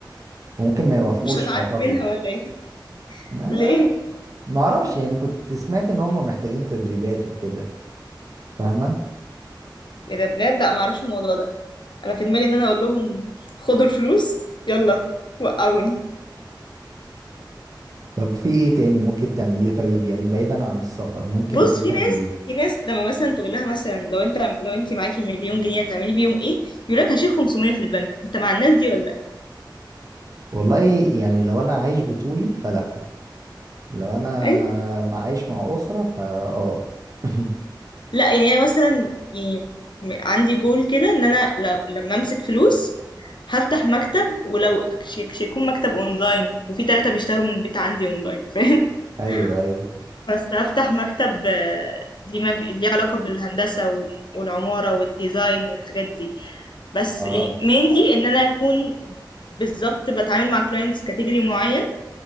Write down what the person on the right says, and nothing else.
وممكن ما يوافقوش
اعتقد
ما
ما اعرفش يعني كنت سمعت ان هم محتاجين تدريبات وكده فاهمة
طب في ايه تاني ممكن تعمليه طيب يعني بعيدا عن السفر ممكن
ايه
تعمليه
والله يعني لو انا عايش بطولي فلا لو انا
م- عايش مع اسرة فا اه <laughs>
ايوه ايوه
اه